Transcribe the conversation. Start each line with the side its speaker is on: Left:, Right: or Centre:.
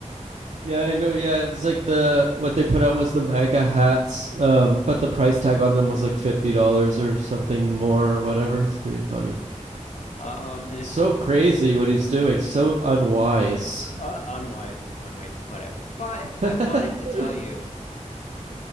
Right: yeah, I know. Yeah, it was like the what they put out was the MAGA hats, um, but the price tag on them was like fifty dollars or something more or whatever. It's pretty funny.
Left: Um, and
Right: So
Left: it's so,
Right: crazy what he's doing. So unwise.
Left: uh, unwise is one way to put it. But
Right: <laughs>
Left: I wanted to tell you,